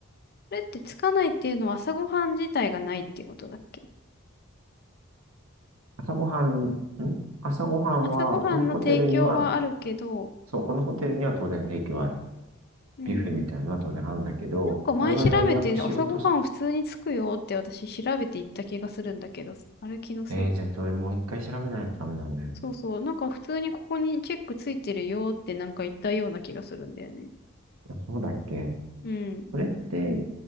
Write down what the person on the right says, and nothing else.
朝ごはん、ん朝ごはんは、
このホテルには、そう、このホテルには当然提供ある。
ビュッフェみたいなのは当然あるんだけど、
我々が予約しようとし、
えー、じゃあそれもう一回調べないとダメだね。
あそうだっけ
それって、